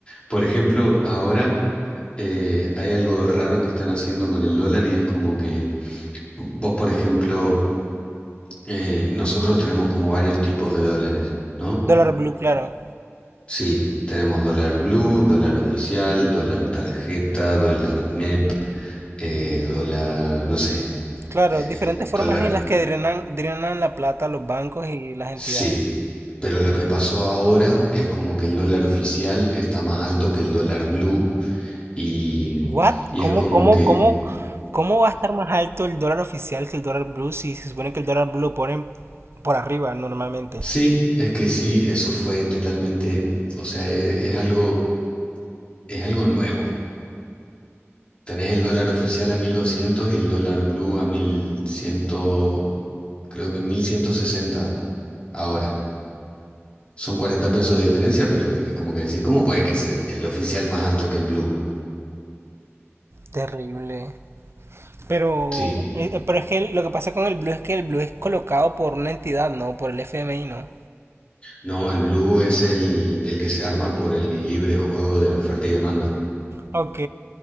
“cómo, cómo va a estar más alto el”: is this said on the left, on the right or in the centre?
Right